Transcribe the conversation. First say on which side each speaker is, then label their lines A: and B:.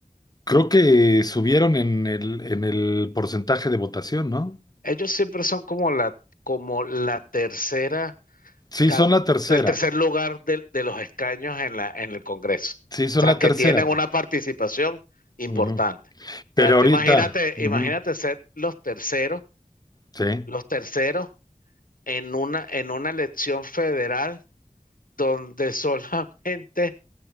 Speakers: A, on the left (about 25°); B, on the left (about 75°).
A: creo que subieron en el en el porcentaje de votación, ¿no?
B: Ellos siempre son como la, como la tercera
A: Sí,
B: ca-
A: son la tercera.
B: el tercer lugar del- de, los escaños en la, en el Congreso.
A: Sí, son
B: O sea,
A: la
B: que
A: tercera.
B: tienen una
A: pa.
B: participación importante.
A: Ujú. Pero
B: O sea, tú
A: ahorita,
B: imagínate,
A: ujú,
B: imagínate ser los terceros,
A: sí.
B: los terceros en una, en una elección federal donde <laughs> solamente